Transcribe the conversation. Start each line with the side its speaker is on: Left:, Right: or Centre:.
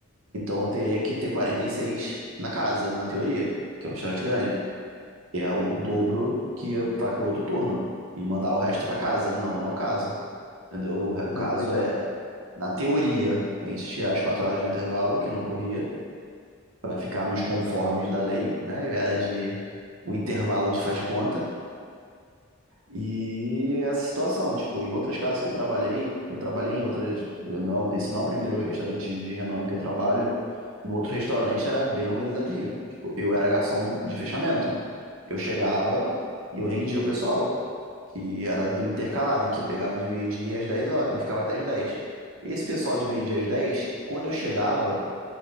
Right: Então eu teria que ter 46 na casa, na teoria, que é um restaurante grande. É o dobro que vai pro outro turno e mandar o resto pra casa. Não, não é o caso. Entendeu? O, o caso
Left: é, pois
Right: é,
Left: é,
Right: na teoria, a gente tirar as 4 horas de intervalo, que não corria, pra ficar nos conformes da lei, né? Era de o intervalo de faz de conta. E essa situação, tipo, em outras casas que eu trabalhei, eu trabalhei em outras, eu não, esse não é o primeiro restaurante de renome que eu trabalho. No outro restaurante era bem organizadinho. Tipo, eu era garçom de fechamento. Eu chegava e eu rendia o pessoal, que era do intercalado, que pegava de meio-dia às 10 horas e ficava até às dez Esse pessoal de meio-dia às dez quando eu chegava,